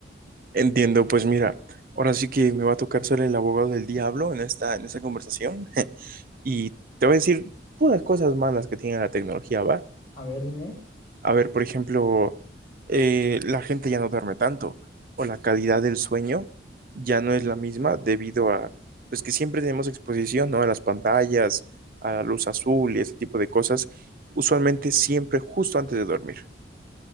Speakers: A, on the right; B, on the left.
A: Entiendo, pues mira, ahora sí que me va a tocar ser el abogado del diablo en esta, en esta conversación <laughs> y te voy a decir puras cosas malas que tiene la tecnología, ¿va?
B: A ver, dime.
A: A ver, por ejemplo, eh, la gente ya no duerme tanto o la calidad del sueño ya no es la misma debido a, pues que siempre tenemos exposición, ¿no? A las pantallas, a la luz azul y ese tipo de cosas, usualmente siempre justo antes de dormir.